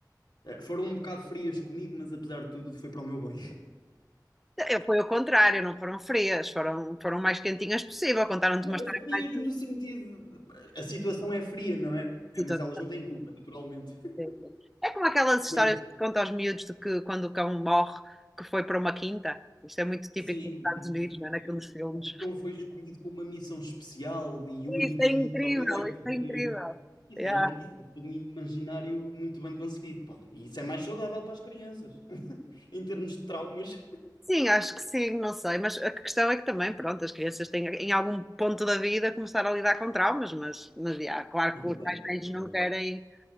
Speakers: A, on the left; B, in the centre.
A: eh, foram um bocado frias comigo, mas apesar de tudo foi para o meu bem.
B: Eu, foi o contrário, não foram frias, foram, foram o mais quentinhas possível, contaram-te
A: <laughs>
B: uma história
A: Frias
B: mais
A: no sentido. de- A situação é fria, não é? É,
B: bonita.
A: Mas elas não têm culpa, naturalmente. <laughs>
B: sim, sim. É como aquelas histórias
A: Mas
B: que contam aos miúdos de que quando o cão morre, que foi para uma quinta. Isto é muito típico
A: sim,
B: nos Estados
A: e que-
B: Unidos, não é?
A: e
B: Naqueles filmes.
A: o cão foi escolhido com uma missão especial e única
B: Isso é
A: e
B: incrível,
A: só ele é que
B: isso
A: podia.
B: é incrível.
A: Isso
B: Yeah.
A: é incrível, isso é tudo um imaginário muito bem conseguido, pá. E isso é mais saudável para as crianças, <laughs> em termos de traumas.
B: Sim, acho que sim, não sei, mas a questão é que também, pronto, as crianças têm em algum ponto da vida começar a lidar com traumas, mas, mas yeah, claro que
A: É verdade,
B: os mais velhos
A: é verdade.
B: não querem,